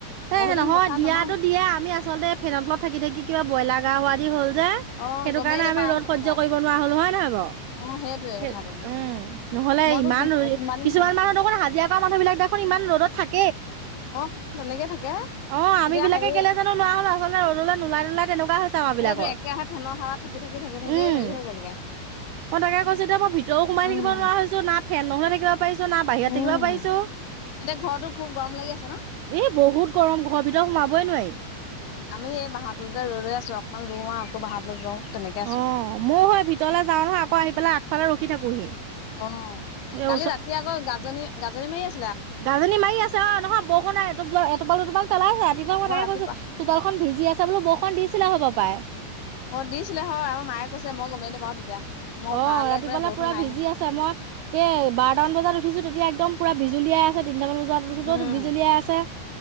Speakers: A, on the right (about 85°); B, on the left (about 85°).
A: এ
B: বহুত দিন
A: নহয়
B: পথাৰত
A: দিয়াতো
B: নমা নাই
A: দিয়া আমি আচলতে ফেনৰ তলত থাকি থাকি কিবা ব্ৰইলাৰ গা হোৱা দি হল যে
B: অ
A: সেইটো
B: গমেই
A: কাৰণে
B: নাপাওঁ
A: আমি ৰ'দ সহ্য
B: পথাৰ
A: কৰিব নোৱাৰা হলো হয় নহয় বাঅ
B: অ সেইটোয়ে
A: সে
B: কথাটো
A: উম নহলে
B: মইতো
A: ইমান
B: কি কিমান
A: কিছুমান
B: দিন হ'ল
A: মানুহৰ দেখোন হাজিৰা কৰা মানুহ বিলাক দেখোন ইমান ৰ'দত থাকে
B: অ তেনেকে থাকে
A: অ আম
B: এতিয়া
A: বিলাকে
B: হেৰি
A: কেলে জানো লোৱাৰ হ'ল আচলতে ৰ'দলে নোলাই নোলাই তেনেকুৱা হৈছে আমাৰ বিলাকৰ
B: সেইটো একেৰাহে ফেনৰ হাৱাত থাকি থাকি থাকি থাকি
A: উম।
B: হেৰি হৈ গ'লগে
A: মই তাকে কৈছো এতিয়া মই ভিতৰো সোমাই
B: উম
A: থাকিব নোৱাৰা হৈছো না ফেন নহলে থাকিব পাৰিছো না বাহিৰত
B: উম
A: থাকিব পাৰিছো
B: এতিয়া ঘৰতো খুব গৰম লাগি আছে ন
A: এই বহুত গৰম ঘৰৰ ভিতৰত সোমাবই নোৱাৰি
B: উম আমি এই বাঁহতলতে ৰৈ ৰৈ আছো অকনমান ৰোও আকৌ বাঁহতলতে ৰওঁ তেনেকে আছো
A: অ মও হয় ভিতৰলে যাও নহয় আকৌ আহি পেলাই আগফালে ৰখি থাকোহি
B: অ
A: এই
B: কালি ৰাতি আকৌ গাজনি গাজনি মাৰি আছি
A: গাজনী মাৰি আছে অ নহয় বৰষুণ আৱ এটোপাল দুটোপাল পেলাইছে ৰাতিপুৱা মই
B: আমাৰ
A: তাকে
B: ৰাতিপুৱা
A: কৈছো চোতালখন ভিজি আছে বোলো বষন দিছিলে হব পাই।
B: অ দিছিলে হয় আমাৰ মায়ে কৈছে মই গমেই নেপাওঁ তেতিয়া। মই
A: অ
B: উঠালে
A: ৰাতিপোৱালে
B: মানে বৰষুণ
A: পুৰা
B: নাই
A: ভিজি আছে। মই কে বাৰটামান বজাত উঠিছো তেতিয়া একদম পুৰা বিজুলীয়াই আছে তিনটামান বজাত উচটো
B: উম
A: বিজুলীয়াই আছে।